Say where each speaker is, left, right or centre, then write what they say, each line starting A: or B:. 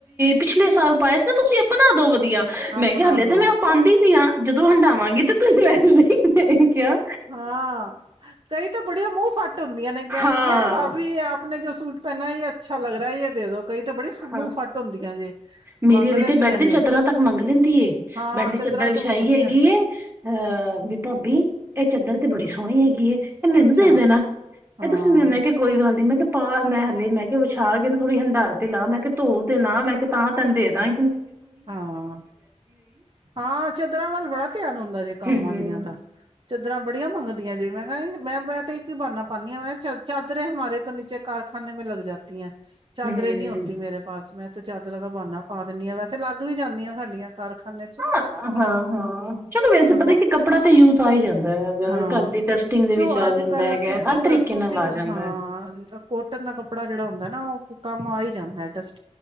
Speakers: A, on the right (about 20°); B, on the right (about 45°).
A: ਪਿਛਲੇ ਸਾਲ ਪਾਏ ਸੀ ਨਾ ਤੁਸੀਂ ਆਪਣਾ ਦੋ ਆ ਮੈਂ
B: ਆਪਣਾ
A: ਕਿਹਾ ਹਾਲੇ ਤਾਂ
B: ਦੋ
A: ਮੈਂ ਉਹ ਪਾਉਦੀ ਨ ਆਾਂ ਜਦੋਂ ਹੰਡਾਵਾਂਗੇ ਤੇ ਤੁਸੀਂ ਰਹਿਣ ਲਈ ਮੈਂ ਕਿਹਾ
B: ਹਾਂ ਕਈ ਤਾਂ ਬੜੀਆ ਮੂੰਹ ਫਾਟ ਟ ਹੁੰਦੀਆਂ ਨੇ ਕਹਿਣਗੀਆਂ
A: ਹਾਂ,
B: ਭਾਬੀ ਆਪ ਆਪ ਜ ਜੋ ਸੂਟ ਪਹਿਨਾ ਹੈ ਅੱਛਾ ਲੱਗ ਰਹਾ ਹੈ ਜ ਦੇ ਦੋ ਕਈ ਤਾਂ ਬੜੀ
A: ਹਾਂ
B: ਮੂੰਹ ਫੱਟ ਹੁੰਦੀਆਂ ਜੇ
A: ਮੇਰੀ
B: ਮੰਗ
A: ਇਹਦੀ
B: ਲੈਂਦੀਆਂ
A: ਤੇ ਬੈਡ
B: ਜੇ
A: ਦੀ ਚਾਦਰਾਂ ਤੱਕ ਮੰਗ ਲੈਂਦੀ
B: ਹਾਂ
A: ਬੈਡ ਦੀ
B: ਚਦਰਾਂ
A: ਚਾਦਰ
B: ਤੇ
A: ਵਿਛਾਈ
B: ਮੰਗਦੀਆਂ
A: ਹੈਗੀ ਅਹ ਵੀ ਭਾਬੀ ਇਹ ਚਾਦਰ ਤੇ ਬੜੀ ਸੋਹਣੀ ਹੈਗੀ ਏ ਇਹ ਮੈਨੂੰ
B: ਅੱਛਾ
A: ਦੇ ਦੇਣਾ
B: ਹਾਂ
A: ਇਹ ਤੁਸੀਂ ਮੈਂ ਕਿਹਾ ਕੋਈ ਗੱਲ ਨੀ ਮੈਂ ਪਾ ਮੈਂ ਹਲੇ ਮੈਂ ਕਿਹਾ ਵਿਛਾ ਕੇ ਥੋੜੀ ਹੰਡਾ ਤੇ ਲਾ ਮੈਂ ਕਿਹਾ ਧੋ ਲਾ ਮੈਂ ਕਿਹਾ ਤਾਂ ਤੈਨੂੰ ਦੇ ਦਾਂ
B: ਹਾਂ ਹਾਂ ਚਾਦਰਾਂ ਵੱਲ ਬੜਾ ਧਿਆਨ ਹੁੰਦਾ ਜੇ ਕੰਮ
A: ਹੂੰ
B: ਵਾਲੀਆਂ ਦਾ ਚਾਦਰਾਂ ਬੜੀਆਂ ਮੰਗਦੀਆਂ ਜੇ ਮੈਂ ਕਿਹਾ ਮੈਂ ਮੈਂ ਤੇ ਇੱਕ ਹੀ ਬਾਨਨਾ ਪਾਉਂਦੀ ਹਾਂ ਮੈਂ ਚਾਦਰੇ ਹਮਾਰੇ ਤੋਂ ਨੀਚੇ ਕਾਰਖਾਨੇ ਮ ਲਗ ਜਾਤੀ ਹੈ ਚਾਦਰੇ
A: ਹੂੰ
B: ਨਹੀਂ ਹੋਤੀ ਮੇਰੇ ਪਾਸ ਮੈਂ ਚਾਦਰਾਂ ਦਾ ਬਾਨਾ ਪਾ ਦਿੰਦੀ ਆ ਵੈਸੇ ਲ ਲੱਗ ਵੀ ਜਾਂਦੀਆਂ ਸਾਡੀਆਂ ਕਾਰਖਾਨੇ ਚ
A: ਹਾਂ ਹਾਂ ਹਾਂ ਚਲੋ ਵੈਸੇ
B: ਸਮਾ
A: ਪਤਾ ਕਿ ਕੱਪੜਾ ਤੇ ਯੂਜ ਆ ਹੀ ਜਾਂਦਾ ਹੈ ਅਗਰ
B: ਹਾਂ
A: ਘਰ ਦੀ ਡਸਟਿੰਗ ਦੇ
B: ਕਿਉ
A: ਵਿੱਚ ਆ
B: ਅੱਜ
A: ਜਾਂਦਾ
B: ਕੱਲ
A: ਹੈਗਾ
B: ਸੂਤੀ
A: ਹਰ ਤਰੀਕੇ
B: ਸੂਤੀ
A: ਨਾਲ ਆ ਜਾਂਦਾ
B: ਹਾਂ
A: ਹੈ
B: ਕੋਟਨ ਦਾ ਕੱਪੜਾ ਜਿਹੜਾ ਹੁੰਦਾ ਨਾ ਉਹ ਕੰਮ ਆਈ ਜਾਂਦਾ ਡਸ